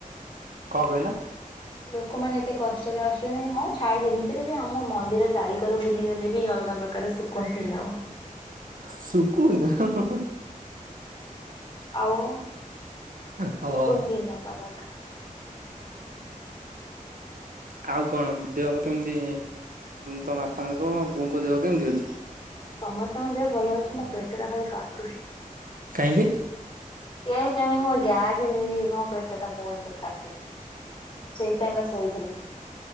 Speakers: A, on the right; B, on the left.
A: କଣ କହିଲ?
B: ଲୋକମାନେ ଏତେ କଷ୍ଟରେ ଆସୁଛନ୍ତି ହଁ ଛାଡ ସେମିତିରେ ବି ଆମ ମନ୍ଦିର ଚାରିିକର ବୁଲିଗଲେ ବି ଅଲଗା ପ୍ର କାରରେ ଶୁକୁନ ଫିଲ ହବ।
A: ସୁଖୁନ ହୁଁ ହୁଁ।
B: ଆଉ
A: ହଁ।
B: ସୁଖୁନ ଫିଲ ହେବା ଦରକାର।
A: ଆଉ କଣ ଦେହ କେମିତି ତ ବାପାଙ୍କ ବୋଉଙ୍କ ଦେହ କେମିତି ଅଛି?
B: ସମସ୍ତଙ୍କ ଦେହ ଭଲ ଅଛି ମୁଁ ପେଟଟା ଖାଲି କାଟୁଛି।
A: କାହିଁକି?
B: କେଜାଣି ମୋ ଗ୍ୟାସ ହେଇ ମୋ ପେଟଟା ବହୁତ ଜୋର କାଟୁଛି। ସେଇଥିପାଇଁ ବା ଶୋଇଥିଲି।